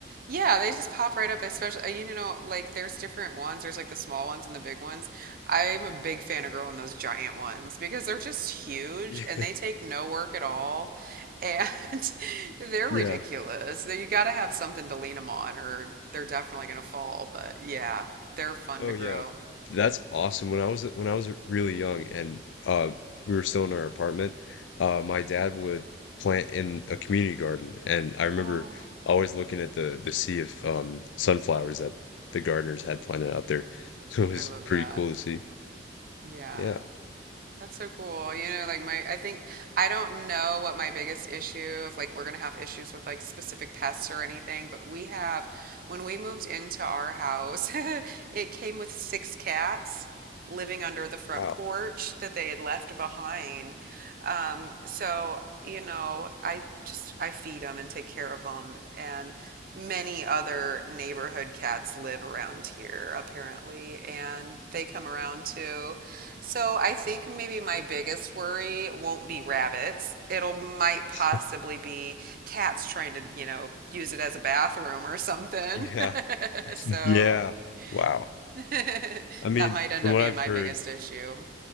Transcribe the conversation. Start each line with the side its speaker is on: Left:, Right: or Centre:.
Right: Yeah, they just pop right up, especially, uh, you know, like there's different ones. There's like the small ones and the big ones. I'm a big fan of growing those giant ones because they're just huge
Left: Yeah,
Right: and they take no work at all. And <laughs> they're
Left: <laughs> yeah.
Right: ridiculous. You gotta have something to lean them on or they're definitely gonna fall. But yeah, they're fun
Left: Oh,
Right: to grow.
Left: yeah. That's awesome. When I was when I was really young and uh, we were still in our apartment, uh, my dad would plant in a community garden, and I remember
Right: Oh,
Left: always looking at the the sea of um, sunflowers that the gardeners had planted out there. <laughs> So it was
Right: I love
Left: pretty
Right: that.
Left: cool to see.
Right: Yeah.
Left: Yeah.
Right: That's so cool. You know, like my, I think I don't know what my biggest issue, if like we're gonna have issues with like specific pests or anything, but we have, when we moved into our house, <laughs> it came with six cats living under the front
Left: Wow.
Right: porch that they had left behind. Um, so, you know, I just, I feed them and take care of them. And many other neighborhood cats live around here, apparently, and they come around too. So I think maybe my biggest worry won't be rabbits. It'll might possibly
Left: <laughs>
Right: be cats trying to, you know, use it as a bathroom or something.
Left: Yeah.
Right: <laughs> So
Left: Yeah. Wow.
Right: <laughs> that
Left: I mean,
Right: might end
Left: from
Right: up
Left: what
Right: being
Left: I've
Right: my
Left: heard,
Right: biggest issue.